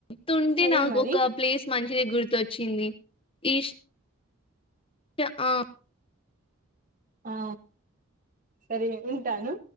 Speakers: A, on the left (about 25°); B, on the right (about 40°).
A: తుంటి
B: సరే
A: నాకు
B: మరి
A: ఒక ప్లేస్ మంచిది గుర్తొచ్చింది ఈష్ ఆ
B: ఆ సరే ఏ ఉంటాను